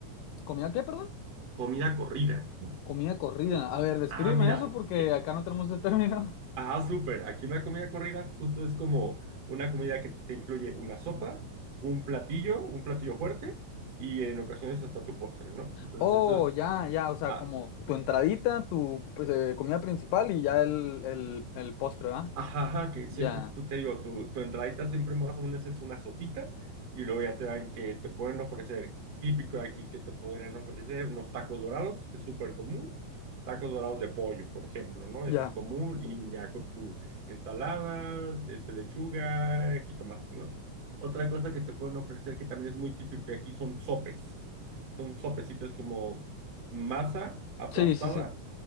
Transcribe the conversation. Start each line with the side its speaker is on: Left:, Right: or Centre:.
Left: ¿Comida qué, perdón?
Right: comida corrida.
Left: Comida corrida. A ver, descríbeme
Right: Ah, mira,
Left: eso porque acá no tenemos ese término.
Right: Ah, súper. Aquí una comida corrida justo es como una comida que te incluye una sopa, un platillo, un platillo fuerte y en ocasiones hasta tu postre, ¿no? Entonces
Left: Oh,
Right: eso es,
Left: ya, ya, o sea,
Right: ah,
Left: como tu entradita, tu pues, eh, comida principal y ya el, el, el postre, ¿verdad?
Right: Ajá, ajá, que siempre,
Left: Ya,
Right: tú te digo, tu, tu entradita siempre más o menos es una sopita y luego ya te dan que te pueden ofrecer, típico de aquí que te podrían ofrecer unos tacos dorados, es súper común, tacos dorados de pollo, por ejemplo, ¿no?
Left: ya.
Right: Es común y ya con tu ensalada, este, lechuga, jitomate, ¿no? Otra cosa que te pueden ofrecer que también es muy típico de aquí son sopes, son sopecitos como masa aplastada,
Left: Sí, sí, sí.